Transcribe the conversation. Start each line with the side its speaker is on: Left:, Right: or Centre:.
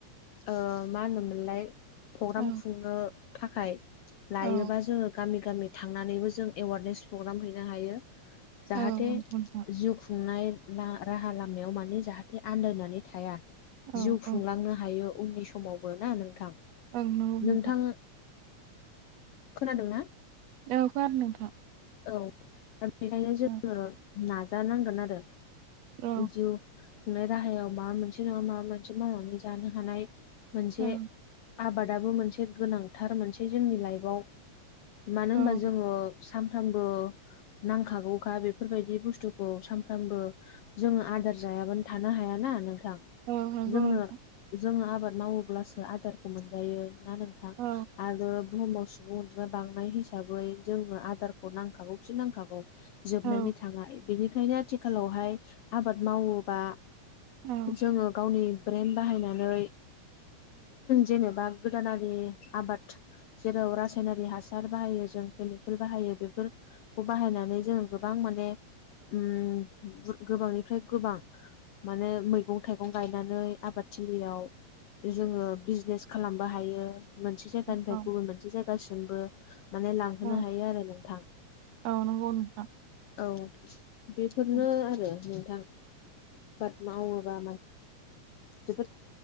Left: ओ मा होनोमोनलाय। प्रग्राम
Right: औ
Left: खुंनो थाखाय लायोबा
Right: औ
Left: जोङो गामि गामि थांनानैबो जों एवारनेस प्रग्राम हैनो हायो। जाहाथे
Right: नंगौ नोंथां
Left: जिउ खुंनाय राहा लामायाव माने जाहाथे आन्दायनानै थाया।
Right: औ
Left: जिउ
Right: औ
Left: खुंलांनो हायो उननि समावबो ना नोंथां।
Right: ओं नंगौ
Left: नोंथां खोनादों ना।
Right: औ खोनादों नोंथां।
Left: औ दा बेखायनो जोङो
Right: औ
Left: नाजानांगोन आरो
Right: औ
Left: जिउ खुंनाय राहायाव माबा मोनसे नङा माबा मोनसे मावनानै जानो हानाय मोनसे
Right: औ
Left: आबादाबो मोनसे गोनांथार मोनसे जोंनि लाइफआव मानो
Right: औ
Left: होनबा जोङो साम फ्रामबो नांखागौखा बेफोरबायदि बुस्थुखौ सानफ्रामबो जोङो आदार जायाबानो थानो हायाना नोंथां।
Right: औ नंगौ
Left: जोंनो
Right: नोंथां
Left: जोङो आबाद मावोब्लासो आदारखौ मोनजायो ना नोंथां
Right: औ
Left: आरो बुहुमाव सुबुं अनजिमा बांनाय हिसाबै जोंनो आदारखौ नांखागौ खि नांखागौ। जोबनानै
Right: औ
Left: थाङा बेनिखायनो आथिखालावहाय आबाद मावोबा
Right: औ
Left: जोङो गावनि ब्रेेन बाहायनानै। जेनेबा गोदानारि आबाद जेराव रासायनारि हासार बाहायो जों केमिकेल बाहायो बे बेफोरखौ बाहायनानै जोंङो गोबां माने ओम बुथ गोबांनिफ्राय गोबां माने मैगं थाइगं गायनानै आबादथिलियाव जोङो बिजनेस खालामनोबो हायो। मोनसे जायगानिफ्राय
Right: औ
Left: गुबुन मोनसे जायगासिमबो माने लांहोनो
Right: औ
Left: हायो आरो नोंथां।
Right: औ नंगौ नोंथां।
Left: औ बेफोरनो
Right: औ
Left: आरो नोंथां आबाद मावोबा। जोबोद